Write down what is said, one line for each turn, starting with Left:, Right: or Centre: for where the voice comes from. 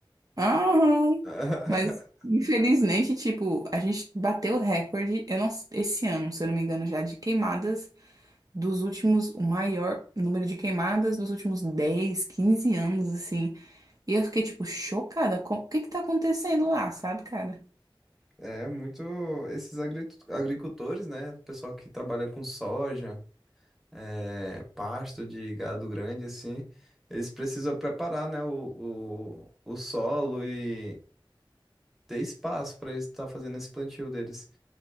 Right: Aham.
Centre: <laughs>
Right: Mas, infelizmente, tipo, a gente bateu o recorde, eu não, esse ano, se eu não me engano, já de queimadas dos últimos, o maior número de queimadas dos últimos 10 15 anos, assim. E eu fiquei, tipo, chocada com o que que tá acontecendo lá, sabe, cara?
Centre: É muito esses agri- agricultores, né? Pessoal que trabalha com soja. é, pasto de gado grande, assim, eles precisam preparar, né, o, o, o solo e ter espaço para eles estar fazendo esse plantio deles.